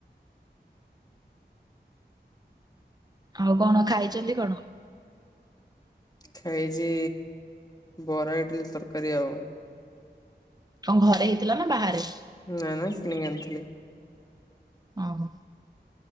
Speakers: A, on the right; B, on the left.
A: ଆଉ କଣ ଖାଇଛନ୍ତି କଣ।
B: ଖାଇଛି ବରା ଇଡିଲି ତରକାରୀ ଆଉ।
A: କଣ ଘରେ ହେଇଥିଲା ନା ବାହାରେ।
B: ନା ନା କିଣିକି ଆଣିଥିଲି।
A: ଓହୋ।